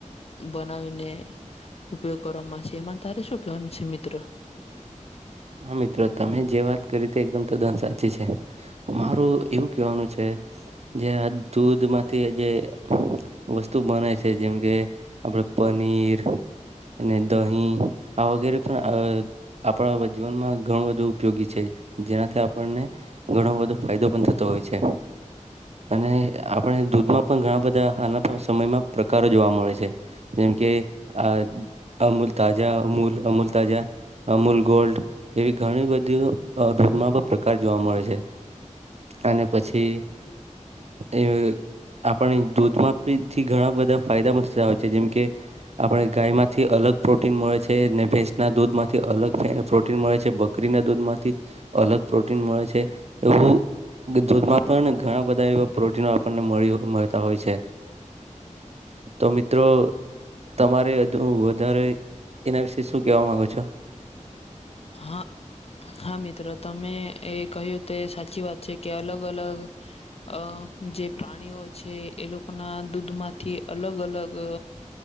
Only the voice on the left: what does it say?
બનાવીને ઉપયોગ કરવામાં આવે છે એમાં તારે શું કહેવાનું છે મિત્ર
હા હા મિત્રો તમે એ કહ્યું તે સાચી વાત છે કે અલગ અલગ અ જે પ્રાણીઓ છે એ લોકોના દૂધમાંથી અલગ અલગ અ